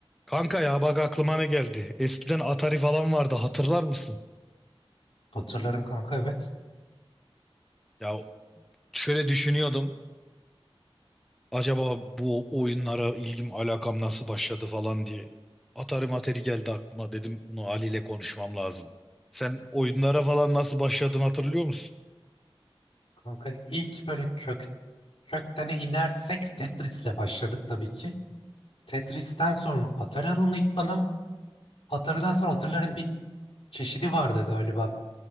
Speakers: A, in the centre; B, on the left (about 75°).
A: Kanka ya bak aklıma ne geldi. Eskiden Atari falan vardı hatırlar mısın?
B: Hatırlarım kanka evet.
A: Ya şöyle düşünüyordum. Acaba bu oyunlara ilgim alakam nasıl başladı falan diye. Atari materi geldi aklıma dedim bunu Ali ile konuşmam lazım. Sen oyunlara falan nasıl başladın hatırlıyor musun?
B: Kanka ilk böyle kök köktene inersek Tetris'le başladık tabii ki. Tetris'ten sonra Atari alındı ilk bana. Atari'den sonra Atari'lerin bir çeşidi vardı galiba.